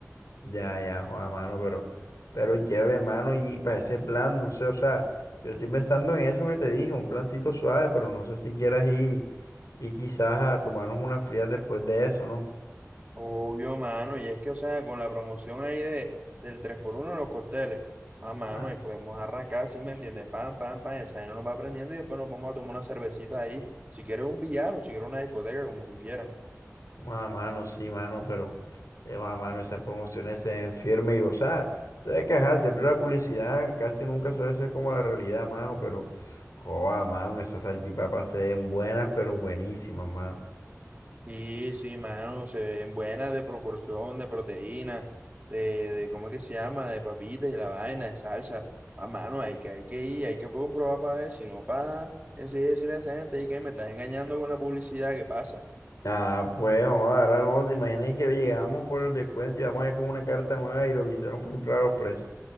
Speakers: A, on the left; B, on the right.
A: Ya, ya, a mano, pero, pero chévere, mano, y para ese plan, no sé, o sea, yo estoy pensando en eso que te dije, un plancito suave, pero no sé si quieras ir y quizás a tomarnos unas frías después de eso, ¿no?
B: Obvio, mano, y es que, o sea, con la promoción ahí de, del tres por uno en los cócteles, a mano,
A: Ah,
B: y podemos arrancar, ¿sí me entiendes? Pam, pam, pam, esa gente nos va aprendiendo y después nos vamos a tomar una cervecita ahí, si quieres un billar o si quieres una discoteca, como tú quieras.
A: Ah, mano, sí, mano, pero, eh, ah, mano, esas promociones se ven firmes y, o sea, te das que quejar, siempre la publicidad casi nunca suele ser como la realidad, mano, pero, joda, mano, esas salchipapas se ven buenas, pero buenísimas, mano.
B: Sí, sí, mano, se ven buenas de proporción, de proteína, de, de ¿cómo es que se llama? De papitas y la vaina, de salsa. A mano, hay que, hay que ir, hay que comprobar para ver, si no para enseguida decirle a esa gente "Ey, que me estás engañando con la publicidad, ¿qué pasa?
A: Ah, pues, joda, ahora no, te imaginas que llegamos por el descuento y vamos a ir con una carta nueva y lo que hicieron fue inflar los precios.